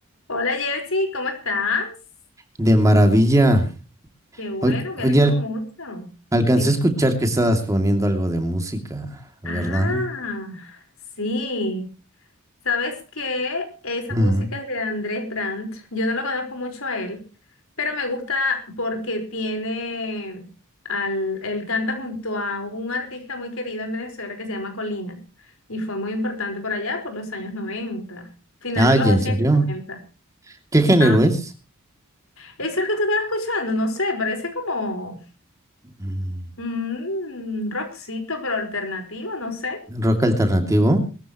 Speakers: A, on the left; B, on the right.
A: Hola Jersey, ¿cómo estás?
B: De maravilla.
A: Qué bueno,
B: Oy-
A: me
B: Oye,
A: alegro
B: al-
A: mucho.
B: alcancé
A: Dime.
B: a escuchar que estabas poniendo algo de música, ¿verdad?
A: Ah, sí. ¿Sabes qué? Esa
B: Mm.
A: música es de Andrés Brandt. Yo no lo conozco mucho a él, pero me gusta porque tiene al, él canta junto a un artista muy querido en Venezuela que se llama Colina y fue muy importante por allá por los años 90, final
B: Ay,
A: de los
B: ¿en
A: 80,
B: serio?
A: 90.
B: ¿Qué género
A: Ah,
B: es?
A: eso es el que tú estás escuchando, no sé, parece como
B: Mm.
A: Mm, rockcito, pero alternativo, no sé.
B: ¿Rock alternativo?